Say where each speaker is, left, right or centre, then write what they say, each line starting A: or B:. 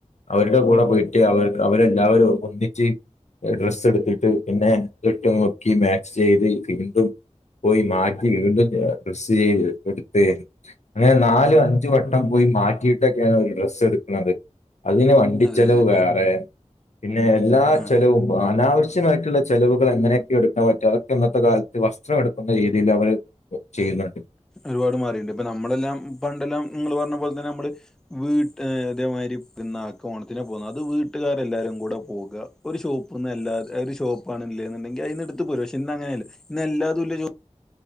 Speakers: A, on the left; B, in the centre.
A: അവരുടെ കൂടെ പോയിട്ട് അവർ അവരെല്ലാവരും ഒന്നിച്ച് ഡ്രസ്സ് എടുത്തിട്ട് പിന്നെ ഇട്ട് നോക്കി മാച്ച് ചെയ്ത് വീണ്ടും പോയി മാറ്റി വീണ്ടും ഡ്രസ് എടുത്ത് അങ്ങനെ നാലും അഞ്ചു വട്ടം പോയി മാറ്റിയിട്ടൊക്കെയ ഡ്രസ്സ് എടുക്കുന്നത് അതിന് വണ്ടി
B: അതെ
A: ചെലവ്
B: അതെ
A: വേറെ പിന്നെ എല്ലാ
B: ആ
A: ചെലവും അനാവശ്യമായിട്ടുള്ള ചെലവുകൾ എങ്ങനെയൊക്കെ എടുക്കാൻ പറ്റും അതൊക്കെ ഇന്നത്തെ കാലത്ത് വസ്ത്രം എടുക്കുന്ന രീതിയിൽ അവര് ചെയ്യുന്നുണ്ട്
B: ഒരുപാട് മാറിട്ടു ണ്ട്ഇപ്പൊ നമ്മളെല്ലാം പണ്ടെല്ലാം നിങ്ങൾ പറഞ്ഞ പോലെ തന്നെ നമ്മള് വീട്ട ഇതേ മാതിരി പിന്നെ ഓണത്തിനാണ് പോവുന്നത് അത് വീട്ടുകാരെല്ലാവാരും കൂടെ പോവുക ഒരു ഷോപ്പ നിന്ന്ല്ലാ ഷോപ്പാണ് ഇല്ലെന്നുണ്ടെങ്കിൽ അതി എടുത്ത് പോരാ പക്ഷെ ഇന്ന് അങ്ങനെയല്ല ഇന്ന്ല്ലാതുള്ള-